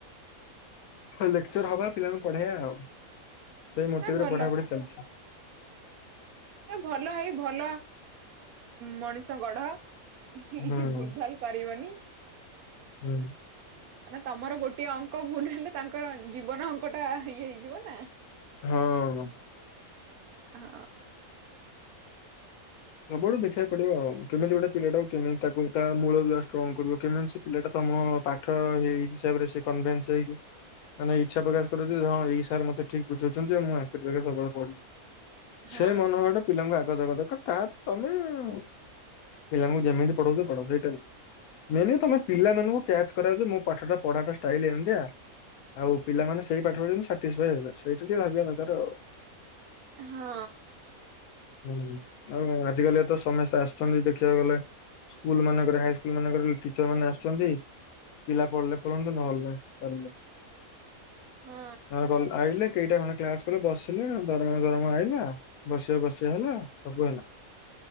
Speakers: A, on the left; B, on the right.
A: ହଁ ଲେକ୍ଚର ହବା ପିଲାଙ୍କୁ ପଢେଇବା।
B: ହଁ
A: ସେଇ ମୋଟିଭରେ
B: ନା ଭଲ
A: ପଢାପଢି ଚାଲିଛି।
B: ଭଲ ହେଇ ଭଲ ମଣିଷ ଗଢ କିଛି
A: ହୁଁ
B: ଭୁଲଭାଲ କରିବନି।
A: ହୁଁ।
B: ମାନେ ତମର ଗୋଟିଏ ଅଙ୍କ ଭୁଲ ହେଲେ ତାଙ୍କର ଜୀବନ ଅଙ୍କ ଟା ଇଏ ହେଇଯିବ ନା।
A: ହଁ।
B: ହ ଅଁ।
A: ସବୁଆଡୁ ଦେଖିବାକୁ ପଡିବ ଆଉ କେମିତି ଗୋଟେ ପିଲାଟା କେମିତି ତାକୁ ଗୋଟ ମୂଳ ଦଆ ଷ୍ଟ୍ରଙ୍ଗ କରିବ କେମିତି ସେ ପିଲାଟା ତମ ପା। ତ ହେଇ ହିସାବରେ ସେ କନଭେନ୍ସ ହେଇକି ମାନେ ଇଚ୍ଛା ପ୍ରକାଶ କରୁ ଯେ ହଁ ଏଇ ସାର୍ ମତେ ଠିକ ବୁଝାଉଛନ୍ତି। ମୁଁ ଆଙ୍କରି ପାଖରେ ସବୁବେଳେ ପଢିବି।
B: ହଁ
A: ସେ ମନଭାବ ଟା ପିଲାଙ୍କୁ ଆଗ ଦେଗ ଦରକାର ତା ତମେ। ପିଲାଙ୍କୁ ଯେମିତି ପଢଉଛ ପଢ ସେଇଟା ମେନ ତମେ ପିଲାମାନଙ୍କୁ କ୍ୟାଚ କରା ଯେ ମୁଁ ପାଠ ପଢା ଟା ଷ୍ଟାଇଲ୍ ଏମିତିଆ। ଆଉ ପିଲାମାନେ ସେଇ ପାଠ ପଢ଼ି ସାଟିସିଫାଇ ହେବେ। ସେଇଟା ଟିକେ ଭାବିବା ଦରକାର ଆଉ।
B: ହଁ।
A: ହୁଁ ଆଉ ଆଜିକାଲି ତ ସମସ୍ତେ ଆସୁଛନ୍ତି ଦେଖିବାକୁ ଗଲେ। ସ୍କୁଲ ମାନଙ୍କରେ ହାଇ ସ୍କୁଲ ମାନଙ୍କରେ ଟିଚର ମାନେ ଆସୁଛନ୍ତି। ପିଲା ପଢିଲ ପନ୍ତ ନହଲେ ଚାଲଲେ
B: ହଁ
A: କ ଆଇଲେ। କେଇଟା ଖଣ୍ଡେ କ୍ଲାସ କଲେ ବସିଲେ ଦରମା ଦରମା ଆଇଲା ବସିବା ବସିବା ହେଲା ସବୁ ହେଲା।